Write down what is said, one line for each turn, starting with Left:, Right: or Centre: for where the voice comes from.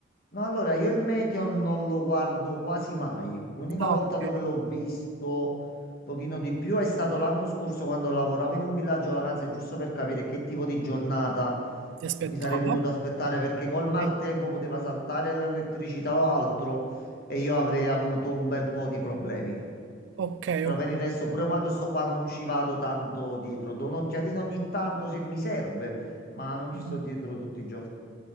Left: No, allora io il Meteon non lo guardo quasi mai. L'unica
Right: Ah,
Left: volta
Right: ok.
Left: dove l'ho visto un pochino di più è stato l'anno scorso quando lavoravo in un villaggio vacanze, giusto per capire che tipo di giornata
Right: Ti aspettava?
Left: mi sarei potuto aspettare, perché col maltempo
Right: Sì.
Left: poteva saltare l'elettricità o altro e io avrei avuto un bel po' di problemi.
Right: Ok,
Left: Però
Right: ok.
Left: per il resto, pure quando sto qua non ci vado tanto dietro. Do un'occhiatina ogni tanto se mi serve, ma non ci
Right: Mm.
Left: sto dietro tutti i giorni.